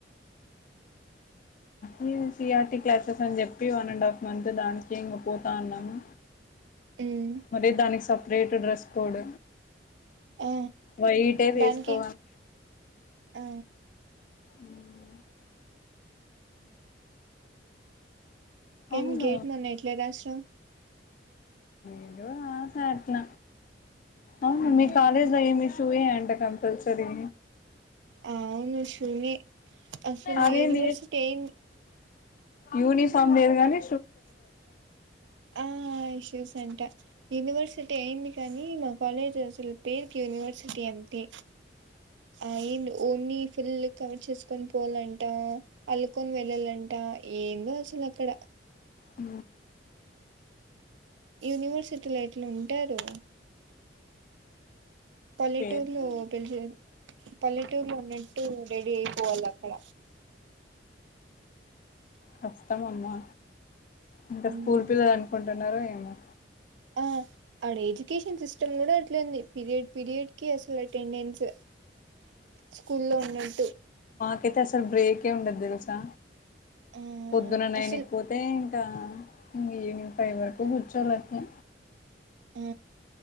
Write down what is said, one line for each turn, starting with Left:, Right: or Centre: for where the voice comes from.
Left: నేను సిఆర్టీ క్లాసెస్ అని చెప్పి వన్ అండ్ హాఫ్ మంత్ దానికే ఇంక పోతా ఉన్నాము.
Right: ఉమ్
Left: మరి దాని సాప్ రేట్ డ్రెస్ కోడ్
Right: ఆ
Left: వైటే ఏ వేసుకోవాళ్ళ
Right: దానికి ఆ
Left: ఉమ్... అవును
Right: ఇంకేం గేట్ నిన్న ఎట్ల రాసినావ్
Left: ఏదో రాసా అట్ల అవును
Right: ఉమ్
Left: మీ కాలేజి లో ఏం ఇష్యూ ఎ ద కంపల్సరీ
Right: అవును శూనే అసలు
Left: అదేంది
Right: యూనివర్సిటీ అయిన్
Left: యూనిఫామ్ లేదు గాని
Right: ఆ ఇష్యూస్ అంటా యూనివర్సిటీ ఎండి కానీ మా కాలేజ్ అసలు పేరుకి యూనివర్సిటీ అంతే అయిన్ ఉన్ని పర్లే కవర్ చేసు కొని పోలంటా అల్లుకొని వెళ్ళాలంట ఏందో అసలు అక్కడ
Left: హ
Right: యూనివర్సిటీలో ఎట్లా ఉంటారు పల్లెటూర్లో
Left: పేరు
Right: పిలిచి పల్లెటూరులో ఉండి టూ రడీ అయిపోవాల అక్కడ
Left: కష్టమమ్మా అంటే
Right: ఉమ్
Left: స్కూల్ పిల్లలు అనుకుంటున్నారో ఏమో
Right: ఆ ఆడ ఎడ్యుకేషన్ సిస్టమ్ కూడా అట్లాంది పీరియడ్ పీరియడ్ కి అసలు అటెండెన్స్ స్కూ లో ఉన్నట్టు
Left: కైతే అసలు బ్రేక్ ఏ ఉండదు తెలుసా
Right: ఆ
Left: పొద్దున నైన్
Right: అసలు
Left: కు పోతే ఆ ఇంగ ఈవినింగ్ ఫై వరకు గుచోవలే అటనే
Right: ఆ